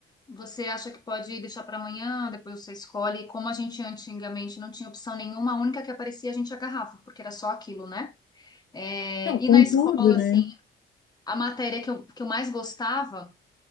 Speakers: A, on the left; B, on the left.
A: você acha que pode deixar para amanhã, depois você escolhe. E Como a gente antigamente não tinha opção nenhuma, a única que aparecia a gente agarrava, porque era só aquilo, né? É,
B: Não,
A: e
B: com
A: na escola,
B: tudo, né?
A: assim, a matéria que eu, que eu mais gostava,